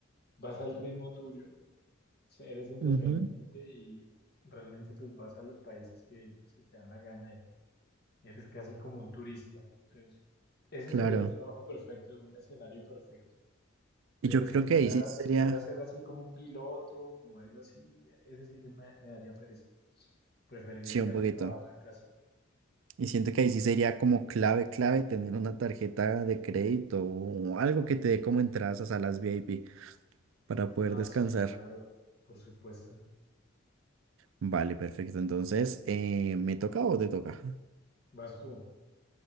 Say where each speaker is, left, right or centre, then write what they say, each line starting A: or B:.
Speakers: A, on the left; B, on the right.
A: vas al ritmo tuyo, se- eres independiente
B: Ujú.
A: y realmente pues vas a los países que se te dan la gana y eres casi como un turista. Entonces, ese
B: claro.
A: sería un trabajo perfecto, un escenario perfecto.
B: Y
A: Pero
B: yo
A: si
B: creo
A: fuera,
B: que ahí sí sería,
A: si fuera a ser así como un piloto o algo así, ese sí ya me, me daría pereza. Preferiría
B: sí,
A: quedarme
B: un poquito.
A: trabajando en casa.
B: Y siento que ahí sí sería como clave, clave tener una tarjeta de crédito o algo que te dé como entradas a salas VIP para poder
A: Ah,
B: descansar.
A: sí, claro, por supuesto.
B: Vale, perfecto. Entonces, eh, ¿me toca o te toca?
A: Vas tú.